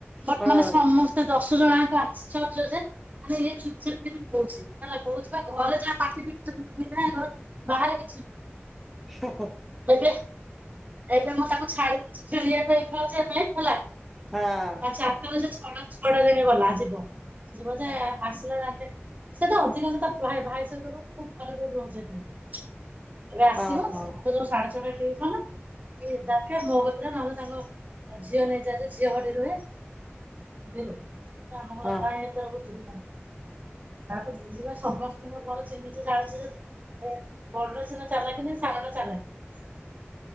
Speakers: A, on the right (about 40°); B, in the centre.
A: ବର୍ତ୍ତମାନ
B: ହଁ
A: ମାନ ସମସ୍ତେ ଦର୍ଶ ଦିଜଣ ଆଙ୍କ ଆଶ୍ଚର୍ଯ୍ୟ ଯେ ଆ ଚୁପ ଚାପ କିନା କହୁଛି ତାଲେ କହୁଛି ବା ଘରେ ଯାହା ପି ଚୁପ କିନା ଘର ବାହାର କିଛି ନୁ
B: ହୁଁ ହୁଁ
A: <unintelligible> ଏବେ ମୁଁ ତାକୁ ଛାଡିଛି ଖେଳିବା ପାଇଁ ଖେଳିବା ପାଇଁ ଖଲା
B: ହଁ
A: ଚାରିଟାଛ ଛଡ ଯା ଗଲା ଯିବ। ଯିବ ଯେ ଆସିଲା ଯାକେ ସେ ତା ଅଧିକଣ ତା ଭାଇ ଏବେ ଆସିବ
B: ଓହୋ
A: ସାଢେ ଛଅଟା ଟିଉସନ। ତାଙ୍କେ <unintelligible> ନାମ ସାଙ୍ଗ ଝିଅ ନେଇ ଯାଏ ଯେ ଝିଅ ଘଟି ରୁହେ ରୁହେ। <unintelligible>
B: ହଁ
A: କାଇ ଏତର ବୁଝିବି <unintelligible> ସମସ୍ତିଙ୍କୁ ଭଲ ଚିହ୍ନିଚି ଜାଣିଚି ଯେ ଏ ବଡଟା ସିନା ଚାଲାଖ ନୁହେଁ ସାଙ୍ଗଟା ଚାଲାଖ ।